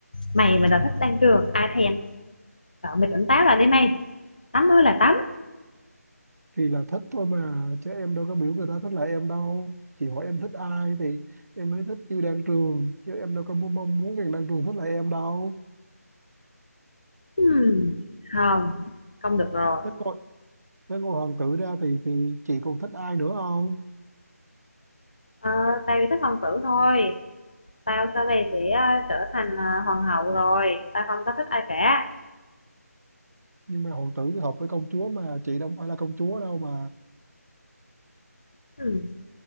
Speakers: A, on the left; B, on the right.
A: mày mà đòi thích đan trường ai thèm? Sợ mày tỉnh táo là đi mày. Tắm mới là tắm.
B: thì là thích thôi mà chứ em đâu có biểu người ta thích lại em đâu chị hỏi em thích ai thì em mới thích tiêu đang trường chứ em đâu có mong muốn người đang trường thích lại em đâu
A: Hmm, không, không được rồi.
B: thế còn Nếu ngôi hoàng tử ra thì thì chị còn thích ai nữa không?
A: Ờ, tao chỉ thích hoàng tử thôi. Tao sau này sẽ ờ, trở thành ờ, hoàng hậu rồi. Tao không có thích ai cả.
B: Nhưng mà hoàng tử thì hợp với công chúa mà chị đâu phải là công chúa đâu mà
A: Hmm.